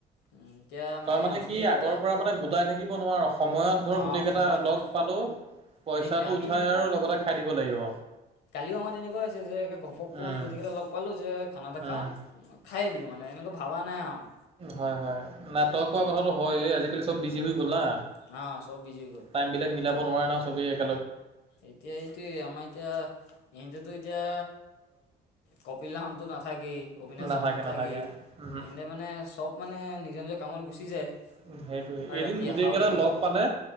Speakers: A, on the left; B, on the right.
A: উম, এতিয়া
B: তই মানে
A: গোটেইকেইটা
B: কি আগৰ পৰা মানে গোটাই থাকিব নোৱাৰ সময়ত ধৰ
A: অ'
B: গোটেই কেইটা
A: সময়ত মানে
B: লগ পালো। পইচাটো
A: সেইটোৱে আমি
B: উঠাই
A: মানে
B: আৰু লগতে খাই দিব লাগিব।
A: কালিও আমাৰ এনেকুৱা হৈছে যে ঘপকমি
B: উম,
A: গতিকেইটা লগ পালো যে খানা এটা
B: উম।
A: খাওঁ খাই দিলো মানে এনেকা ভাবা নাই আৰু।
B: হয় হয় নাটক
A: হেৰি
B: হোৱা কথাটো হয় আজিকালি চব বিজি
A: উম,
B: হৈ গ'ল না।
A: অ 'সব বিজি হৈ গ'ল
B: টাইমবিলাক মিলাব নোৱাৰে ন চব এক।
A: এতিয়া এইটোয় আমাৰ এতিয়া ইতো এতিয়া কপিল লাহনটো নাথাকেই অবিনাশ
B: নাথাকে
A: যাওঁ নাথাকি
B: নাথাকে উমহু।
A: এনেতে মানে চব মানে নিজৰ নিজৰ কামত গুচি যায়
B: উ সেইটোয়ে
A: আৰু
B: এদিন
A: ৰাতি
B: গোটেই
A: অহাও
B: কেইটা
A: দেৰি হয়।
B: লগ পালে